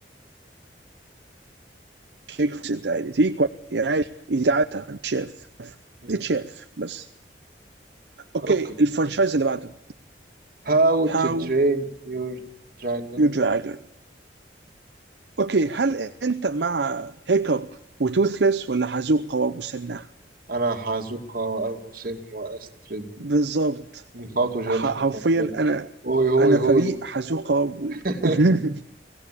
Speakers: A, on the right; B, on the right.
A: شريك فور انت عادي تيجي كويس يعني عادي يتعدى شاف
B: مم.
A: يتشاف بس اوكي
B: اوكي
A: الفرنشايز اللي بعده
B: How
A: هاو
B: to Train Your Dragon
A: يو دراجون اوكي هل انت مع هيكب وتوثلس ولا حزوقة ومسنة
B: انا حازوكا وأبو سن وأسترد
A: بالظبط
B: خاطو جل
A: ح- حرفيا
B: خاطو جل
A: انا
B: هوي هوي
A: انا فريق
B: هوي
A: حزوقة و-
B: <laughs>
A: <laughs>